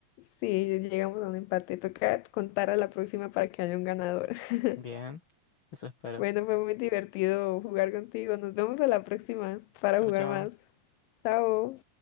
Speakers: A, on the left (about 80°); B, on the left (about 45°).
A: Sí, llegamos a un empate. Toca contar a la próxima para que haya un ganador. <laughs>
B: Bien, eso espero.
A: Bueno, fue muy divertido jugar contigo. Nos vemos a la próxima para
B: Chao,
A: jugar
B: chao.
A: más. Chao.